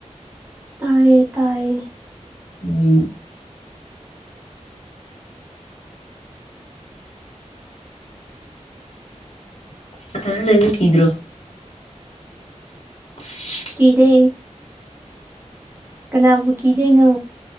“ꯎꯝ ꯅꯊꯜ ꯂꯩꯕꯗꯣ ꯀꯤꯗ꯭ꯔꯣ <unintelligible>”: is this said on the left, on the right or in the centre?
Left